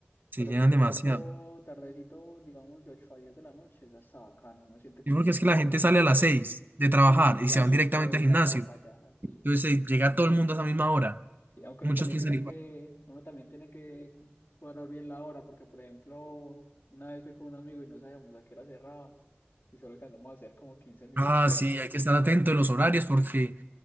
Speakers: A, on the right; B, on the left.
A: se
B: pero
A: llenan
B: por
A: demasiado.
B: ejemplo, tardecito, digamos de 8 a 10 de la noche, es hasta bacano, uno siente como,
A: Y porque es que la gente
B: como
A: sale
B: bien,
A: a las 6 de trabajar
B: sí, y
A: y se
B: ahí
A: van directamente
B: de una
A: al gimnasio.
B: se van para allá, sí.
A: Entonces eh, llega todo el mundo a esa misma hora.
B: Sí, aunque
A: Muchos
B: uno también
A: piensan
B: tiene
A: igual.
B: que, uno también tiene que cuadrar bien la hora, porque por ejemplo, una vez fui con un amigo y no sabíamos a qué hora cerraba y solo alcanzamos a hacer como quince minutos.
A: Ah, sí,
B: <laughs>
A: hay que estar atento de los horarios porque